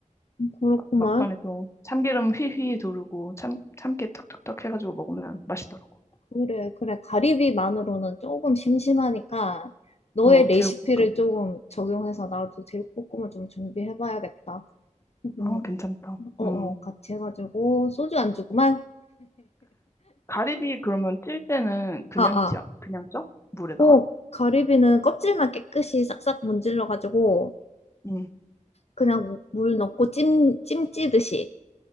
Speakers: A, on the left; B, on the left.
A: 그렇구만.
B: 막- 막판에 또 참기름 휘휘 두르고 참, 참깨 탁탁탁 해가지고 먹으면 맛있더라고.
A: 그래, 그래. 가리비만으로는 조금 심심하니까 너의
B: 어,
A: 레시피를
B: 제육볶음.
A: 조금 적용해서 나도 제육볶음을 좀 준비해봐야겠다. 음,
B: 어, 괜찮다.
A: 어,
B: 음.
A: 어, 같이 해가지고 소주 안주구만.
B: 가리비 그러면 찔 때는 그냥
A: 아, 아.
B: 찌, 그냥 쪄? 물에다가?
A: 어, 가리비는 껍질만 깨끗이 싹싹 문질러가지고
B: 응.
A: 그냥 물 넣고 찜, 찜 찌듯이.